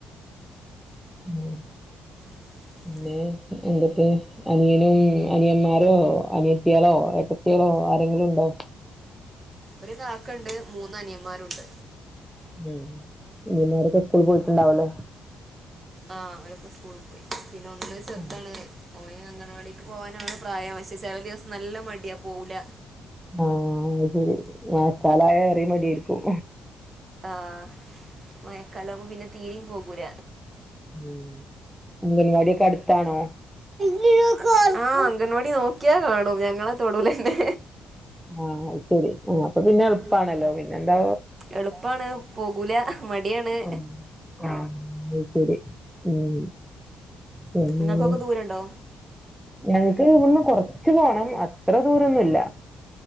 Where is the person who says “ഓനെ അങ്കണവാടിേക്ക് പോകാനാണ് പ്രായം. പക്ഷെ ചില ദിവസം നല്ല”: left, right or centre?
Right